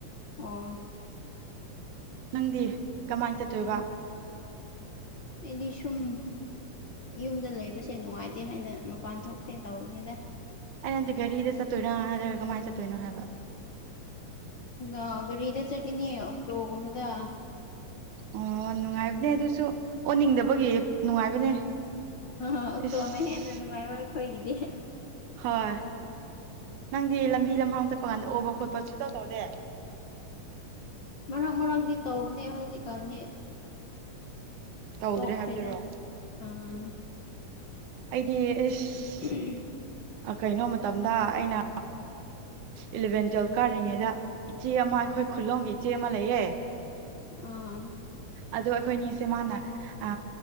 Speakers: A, on the left (about 65°); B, on the right (about 70°).
A: ꯑꯥ
B: ꯅꯪꯗꯤ ꯀꯃꯥꯏ ꯆꯠꯇꯣꯏꯕ
A: ꯑꯩꯗꯤ ꯁꯨꯝ ꯌꯨꯝꯗ ꯂꯩꯕꯁꯦ ꯅꯨꯡꯉꯥꯏꯇꯦ ꯍꯥꯏꯅ ꯃꯄꯥꯟ ꯊꯣꯛꯇꯦ ꯇꯧꯕꯅꯤꯗ
B: ꯑ ꯅꯪꯗꯤ ꯒꯥꯔꯤꯗ ꯆꯠꯇꯣꯏꯔꯥ ꯅꯠꯇ꯭ꯔꯒ ꯀꯃꯥꯏꯅ ꯆꯠꯇꯣꯏꯅꯣ ꯍꯥꯏꯕ
A: ꯑ ꯒꯥꯔꯤꯗ ꯆꯠꯈꯤꯅꯤ ꯑꯣꯛꯇꯣꯒꯨꯝꯕꯗ
B: ꯑꯣ ꯅꯨꯡꯉꯥꯏꯕꯅꯦ ꯑꯗꯨꯁꯨ ꯑꯣꯟꯅꯤꯡꯗꯕꯒꯤ ꯅꯨꯡꯉꯥꯏꯕꯅꯦ
A: ꯑ ꯑꯣꯇꯣꯅ
B: ꯏꯁ
A: ꯍꯦꯟꯅ ꯅꯨꯡꯉꯥꯏꯔꯣꯏ ꯑꯩꯈꯣꯏꯒꯤꯗꯤ
B: ꯍꯣꯏ ꯅꯪꯗꯤ ꯂꯝꯕꯤ ꯂꯝꯍꯥꯡ ꯆꯠꯄ ꯀꯥꯟꯗ ꯑꯣꯕ ꯈꯣꯠꯄ ꯄꯁꯨ ꯇ ꯇꯗ
A: ꯃꯔꯛ ꯃꯔꯪꯗꯤ ꯇꯧꯕꯅꯦ ꯍꯧꯖꯤꯛꯀꯥꯟꯗꯤ
B: ꯇꯧꯗ꯭ꯔꯦ
A: ꯇꯣꯈꯩꯗ
B: ꯍꯥꯏꯕꯗꯨꯔꯣ
A: ꯎꯝ
B: ꯑꯩꯗꯤ ꯏꯁ
A: ꯐꯔꯤ
B: ꯀꯩꯅꯣ ꯃꯇꯝꯗ ꯑꯩꯅ ꯏꯂꯚꯦꯟ ꯇꯨꯋꯦꯜꯕ ꯀꯥꯔꯤꯉꯩꯗ ꯏꯆꯦ ꯑꯃ ꯑꯩꯈꯣꯏ ꯑꯩꯈꯣꯏ ꯈꯨꯂꯣꯡꯝꯒꯤ ꯏꯆꯦ ꯑꯃ ꯂꯩꯌꯦ
A: ꯑꯥ
B: ꯑꯗꯣ ꯑꯩꯈꯣꯏꯅꯤꯁꯦ ꯃꯥꯅ ꯑ